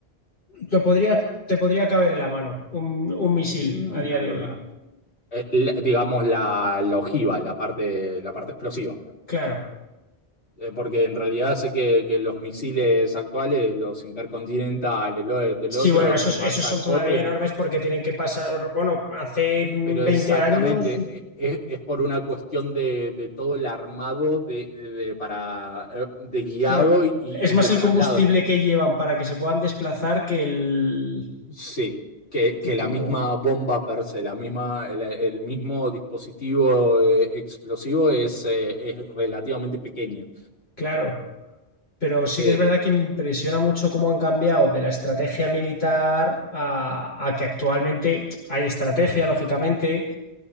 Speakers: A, on the left; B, on the left.
A: lo podría, te podría caber en la mano un, un
B: Mierda.
A: misil a día de hoy.
B: Eh, la- digamos la, la ojiva, la parte, la parte explosiva.
A: Claro.
B: Eh, porque en realidad sé que, que los misiles actuales, los intercontinentales, lo de- el
A: Sí,
B: otro,
A: bueno,
B: el
A: esos,
B: masacote,
A: esos son todavía enormes porque tienen que pasar, bueno, hace 20
B: pero exactamente,
A: años,
B: eh, es, es por una cuestión de, de todo el armado de, de- para, eh, de guiado
A: claro,
B: y, y
A: es más
B: de
A: el
B: traslado.
A: combustible
B: En-
A: que llevan para que se puedan desplazar que el...
B: Sí, que,
A: que
B: que
A: todo,
B: la misma bomba per se, la misma, el, el mismo dispositivo eh, explosivo es, eh, es relativamente pequeño.
A: claro, pero sí
B: Eh,
A: que es verdad que impresiona mucho cómo han cambiado de la estrategia militar a, a que actualmente hay estrategia, lógicamente,